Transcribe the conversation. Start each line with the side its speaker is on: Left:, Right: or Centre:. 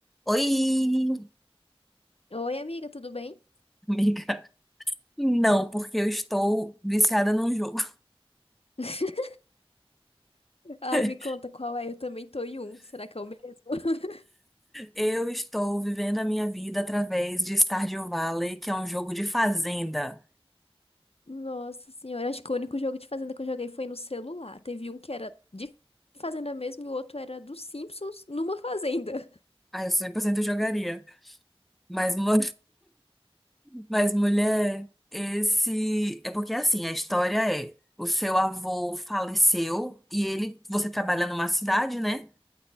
Centre: Oi,
Left: Oi, amiga, tudo bem?
Centre: amiga. Não, porque eu estou viciada num jogo.
Left: <laughs> Ai,
Centre: <laughs>
Left: me conta qual é. Eu também tô em um. Será que é o mesmo? <laughs>
Centre: Eu estou vivendo a minha vida através de Stardew Valley, que é um jogo de fazenda.
Left: Nossa senhora, acho que o único jogo de fazenda que eu joguei foi no celular. Teve um que era de fazenda mesmo e o outro era dos Simpsons numa fazenda. <laughs>
Centre: Ah, eu 100% jogaria. Mas, mu- <laughs> mas, mulher, esse. É porque assim, a história é: o seu avô faleceu e ele. Você trabalha numa cidade, né?